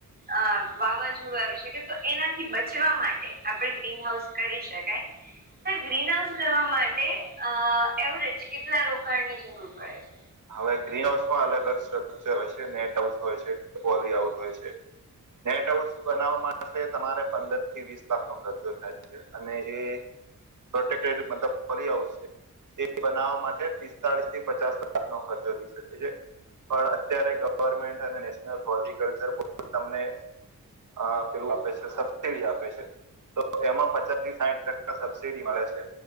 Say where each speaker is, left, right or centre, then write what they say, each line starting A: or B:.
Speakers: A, on the right (about 30°); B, on the right (about 65°).
A: અ વાવાઝોડું આવી શકે તો એનાથી બચવા માટે આપણે ગ્રીન હાઉસ કરી શકાય. સર ગ્રીન હાઉસ કરવા માટે અ એવરેજ કેટલા રોકાણની જરૂર પડે છે?
B: હવે ગ્રીનહાઉસમાં અલગ અલગ સ્ટ્રક્ચર હોય છે. નેટ હાઉસ હોય, <inaudible> લી હાઉસ હોય છે. નેટ હાઉસ બનાવવા માટે તમારે પંદરથી વીસ લાખનો ખર્ચો થાય છે. અને જે પ્રોટેક્ટડ મતલબ બની આવશે. તે બનાવવા માટે પિસ્તાળીસથી પચાસ લાખનો ખર્ચો થઈ શકે છે. પણ અત્યારે ગવર્મેન્ટ અને નેશનલ હોર્ટિકલ્ચર બોર્ડ તમને અ પેલું આપે છે, સબસીડી આપે છે. તો તેમાં પચાસથી સાઈઠ ટકા સબસીડી મળે છે.